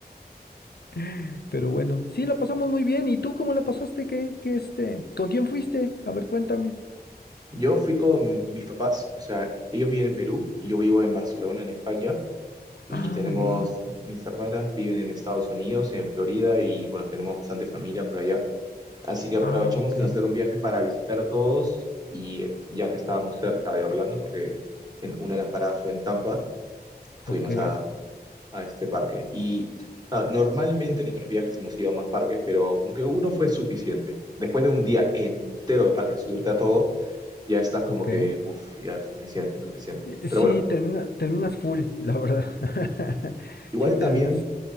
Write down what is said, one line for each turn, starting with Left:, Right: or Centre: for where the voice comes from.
Left: <laughs> Pero bueno, sí, la pasamos muy bien. ¿Y tú cómo la pasaste? ¿Qué, qué este? ¿Con quién fuiste? A ver, cuéntame.
Right: Yo fui con mis papás, o sea, ellos viven en Perú y yo vivo en Barcelona, en España. Y
Left: Ah,
Right: tenemos,
Left: muy bien.
Right: mis hermanas viven en Estados Unidos, en Florida, y bueno, tenemos bastante familia por allá. Así que aprovechamos
Left: Ah, ok,
Right: de hacer un viaje para visitar a todos y ya que estábamos cerca de Orlando, porque en una de las paradas fue en Tampa, fuimos
Left: ok,
Right: a, a este parque. Y ah, normalmente en otros viajes hemos ido a más parques, pero como que uno fue suficiente. Después de un día entero de parques, subirte a todo, ya estás como
Left: ok.
Right: que, uff, ya es suficiente, suficiente.
Left: Eh,
Right: Pero
Left: Sí,
Right: bueno,
Left: termina, terminas full, la verdad. <laughs>
Right: igual
Left: Sí, terminas.
Right: también